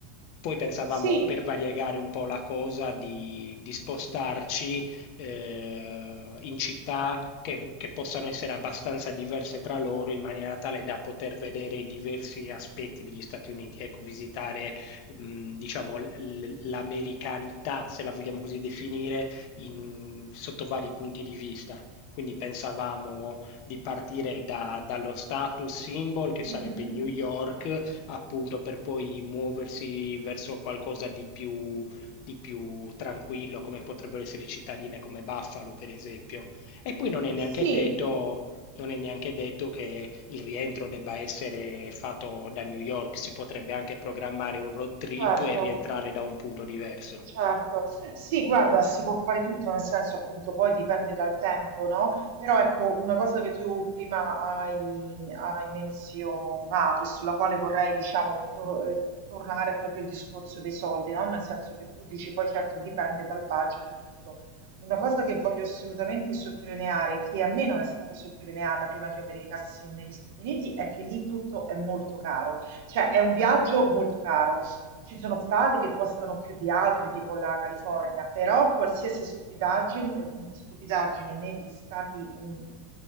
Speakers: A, on the left; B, on the right.
A: Poi pensavamo
B: Sì.
A: per variegare un po' la cosa di, di spostarci eh, in città che, che possano essere abbastanza diverse tra loro in maniera tale da poter vedere i diversi aspetti degli Stati Uniti, ecco, visitare mh, diciamo, l- l'americanità, se la vogliamo così definire, in- sotto vari punti di vista. Quindi pensavamo di partire da- dallo status symbol, che sarebbe
B: Mhm.
A: New York, appunto per poi muoversi verso qualcosa di più, di più tranquillo, come potrebbero essere cittadine come Buffalo, per esempio. E poi non è neanche
B: Sì,
A: detto non è neanche detto che il rientro debba essere fatto da New York, si potrebbe anche programmare un road trip
B: certo.
A: e rientrare da un punto diverso.
B: Certo, sì, guarda, si può fare tutto, nel senso appunto poi dipende dal tempo, no? Però ecco, una cosa che tu prima hai, hai menzionato e sulla quale vorrei, diciamo, tor- eh, tornare è proprio il discorso dei soldi, no? Nel senso che tu dici poi certo dipende dal budget e tutto. Una cosa che voglio assolutamente sottolineare, che a me non è stata sottolineata prima che io mi recassi negli Stati Uniti, è che lì tutto è molto caro, cioè è un viaggio molto caro ci sono stati che costano più di altri, tipo la California, però qualsiasi stupidaggine, stupidaggine negli Stati Un-